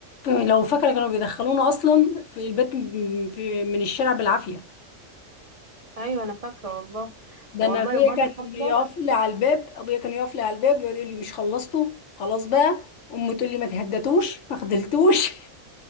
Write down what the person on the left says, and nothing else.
لو فاكره كانوا بيدخلونا اصلا في البيت م- في من الشارع بالعافيه
ده
انا ابويا
كان
يقف لي على الباب ابويا كان يقف لي على الباب يقعد يقول لي مش خلصتوا خلاص بقى امي تقول لي ما تهدتوش ما خدلتوش <laughs>